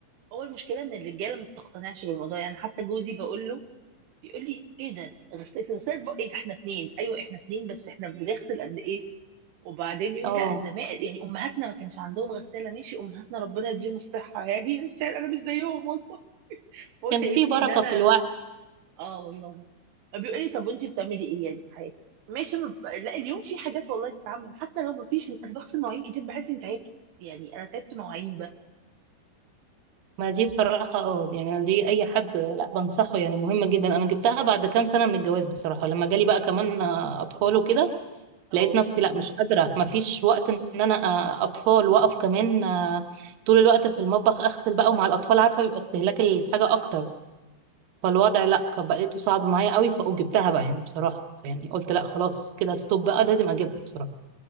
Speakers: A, on the right; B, on the right.
A: هو المشكلة إن الرجالة ما بتقتنعش بالموضوع يعني حتى جوزي بقول له بيقول لي إيه ده غسالة غسالة بقى إيه ده إحنا اتنين أيوه إحنا اتنين بس إحنا بنغسل قد إيه وبعدين يقول
B: اه
A: لي لا زمان يعني أمهاتنا ما كانش عندهم غسالة ماشي أمهاتنا ربنا يديهم الصحة يعني بس يعني أنا مش زيهم والله هو
B: كان
A: شايفني
B: في بركة
A: إن أنا
B: في الوقت
A: اه والله بيقول لي طب وانت بتعملي ايه يعني في حياتك ماشي ما ب- لا اليوم في حاجات والله تتعمل حتى لو ما فيش انا بغسل مواعين كتير بحس اني تعبت يعني انا تعبت مواعين بس
B: ما دي بصراحة اه يعني دي أي حد لا بنصحه يعني مهمة جدا أنا جبتها بعد كام سنة من الجواز بصراحة لما جالي بقى كمان آه، أطفال وكده
A: اه
B: لقيت نفسي لا مش قادرة ما فيش وقت إن أنا آه، أطفال وأقف كمان آه، طول الوقت في المطبخ أغسل بقى ومع الأطفال عارفة بيبقى استهلاك الحاجة أكتر فالوضع لا كان بقيته صعب معايا قوي فجبتها بقى يعني بصراحة يعني قلت لا خلاص كده ستوب بقى لازم أجيبها بصراحة